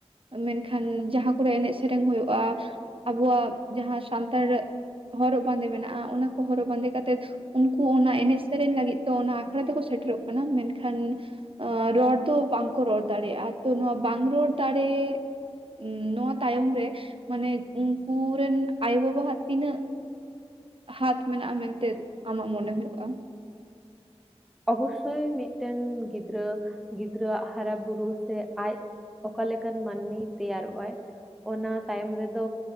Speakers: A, on the right (about 55°); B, in the centre.
A: ᱢᱮᱱᱠᱷᱟᱱ ᱡᱟᱦᱟ ᱠᱚᱨᱮ ᱮᱱᱮᱡ ᱥᱮᱨᱮᱧ ᱦᱩᱭᱩᱜᱼᱟ ᱟᱵᱚᱣᱟᱜ ᱡᱟᱦᱟ ᱥᱟᱱᱛᱟᱲ ᱦᱚᱨᱚᱜ ᱵᱟᱸᱫᱮ ᱢᱮᱱᱟᱜᱼᱟ ᱚᱱᱟ ᱠᱚ ᱦᱚᱨᱚᱜ ᱵᱟᱸᱫᱮ ᱠᱟᱛᱮ ᱩᱱᱠᱩ ᱚᱱᱟ ᱮᱱᱮᱡ ᱥᱮᱨᱮᱧ ᱞᱟᱹᱜᱤᱫ ᱛᱮ ᱚᱱᱟ ᱟᱠᱷᱲᱟ ᱛᱮᱠᱚ ᱥᱮᱴᱮᱨᱚᱜ ᱠᱟᱱᱟ ᱢᱮᱱᱠᱷᱟᱱ ᱮ ᱨᱚᱲ ᱫᱚ ᱵᱟᱝᱠᱚ ᱨᱚᱲ ᱫᱟᱲᱮᱭᱟᱜᱼᱟ ᱛᱚ ᱱᱚᱣᱟ ᱵᱟᱝ ᱨᱚᱲ ᱫᱟᱲᱮ ᱩ ᱱᱚᱣᱟ ᱛᱟᱭᱚᱢ ᱨᱮ ᱢᱟᱱᱮ ᱩᱝᱠᱩ ᱨᱮᱱ ᱟᱭᱳ-ᱵᱟᱵᱟ ᱦᱟᱜ ᱛᱤᱱᱟᱹᱜ ᱦᱟᱛ ᱢᱮᱱᱟᱜᱼᱟ ᱢᱮᱱᱛᱮ ᱟᱢᱟᱜ ᱢᱚᱱᱮ ᱦᱳᱭᱳᱜᱼᱟ
B: ᱚᱵᱚᱥᱥᱳᱭ ᱢᱤᱫᱴᱮᱱ ᱜᱤᱫᱽᱨᱟᱹ ᱜᱤᱫᱽᱨᱟᱹᱣᱟᱜ ᱦᱟᱨᱟ ᱵᱩᱨᱩ ᱥᱮ ᱟᱡ ᱚᱠᱟ ᱞᱮᱠᱟᱱ ᱢᱟᱱᱢᱤᱭ ᱛᱮᱭᱟᱨᱚᱜ ᱟᱭ? ᱚᱱᱟ ᱛᱟᱭᱚᱢ ᱨᱮᱫᱚ